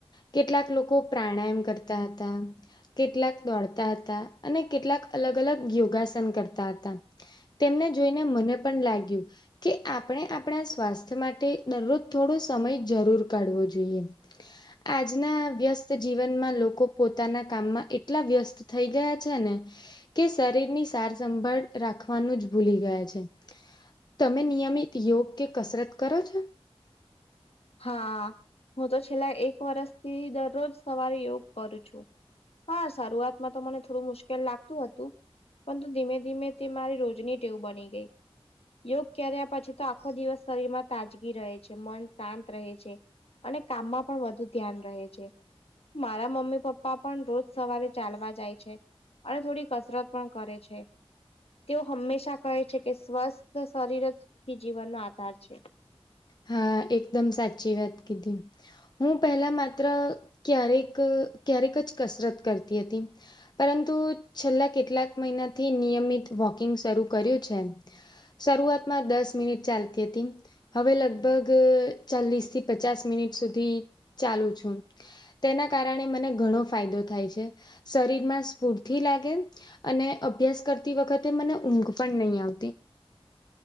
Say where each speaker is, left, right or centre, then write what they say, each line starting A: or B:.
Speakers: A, on the left; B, on the left.
A: કેટલાક લોકો પ્રાણાયામ કરતા હતા, કેટલાક દોડતા હતા અને કેટલાક અલગ અલગ યોગાસન કરતા હતા. તેમને જોઈને મને પણ લાગ્યું કે આપણે આપણા સ્વાસ્થ્ય માટે દરરોજ થોડો સમય જરૂર કાઢવો જોઈએ. આજના વ્યસ્ત જીવનમાં લોકો પોતાના કામમાં એટલા વ્યસ્ત થઈ ગયા છે ને કે શરીરની સારસંભાળ રાખવાનું જ ભૂલી ગયા છે. તમે નિયમિત યોગ કે કસરત કરો છો?
B: હા, હું તો છેલ્લા એક વર્ષથી દરરોજ સવારે યોગ કરું છું. હા, શરૂઆતમાં તો મને થોડું મુશ્કેલ લાગતું હતું પરંતુ ધીમે ધીમે તે મારી રોજની ટેવું બની ગઈ. યોગ કર્યા પછી તો આખો દિવસ શરીરમાં તાજગી રહે છે. મન શાંત રહે છે અને કામમાં પણ વધુ ધ્યાન રહે છે. મારા મમ્મી પપ્પા પણ રોજ સવારે ચાલવા જાય છે અને થોડી કસરત પણ કરે છે. તેઓ હંમેશા કહે છે કે સ્વસ્થ શરીર જ જીવનનો આધાર છે.
A: હા, એકદમ સાચી વાત કીધી. હું પહેલા માત્ર ક્યારેક, ક્યારેક જ કસરત કરતી હતી પરંતુ છેલ્લા કેટલાક મહિનાથી નિયમિત વોકિંગ શરૂ કર્યું છે. શરૂઆતમાં દસ મિનિટ ચાલતી હતી. હવે લગભગ ચાલીસ થી પચાસ મિનિટ સુધી ચાલું છું. તેના કારણે મને ઘણો ફાયદો થાય છે. શરીરમાં સ્ફૂર્તિ લાગે અને અભ્યાસ કરતી વખતે મને ઊંઘ પણ નહી આવતી.